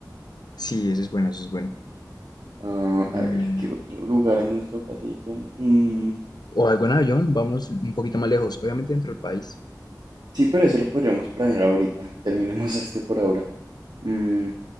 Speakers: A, on the left; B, on the right.
A: Sí, ese es bueno, ese es bueno.
B: Ah,
A: Mm,
B: a ver, ¿qué otro lugar en nuestro paseíto? Mm,
A: O algo en avión, vamos un poquito más lejos, obviamente dentro del país.
B: sí, pero eso lo podríamos planear ahorita. Terminemos <laughs> este por ahora. Mm,